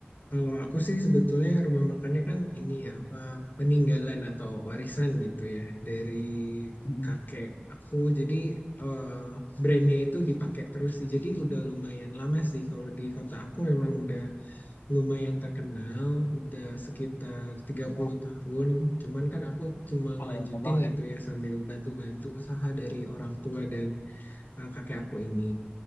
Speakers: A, on the left; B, on the left.
A: Kalau aku sih sebetulnya rumah makannya kan ini ya apa peninggalan atau warisan gitu ya dari
B: mm
A: kakek aku. Jadi eh, brandnya itu dipakai terus sih. Jadi udah lumayan lama sih. Kalau di kota aku memang udah lumayan terkenal, udah sekitar tiga puluh
B: Oh,
A: tahun. Cuman kan aku cuma
B: oh,
A: ngelanjutin
B: lama banget
A: gitu
B: ya.
A: ya sambil bantu-bantu usaha dari orang tua dan eh, kakek aku ini.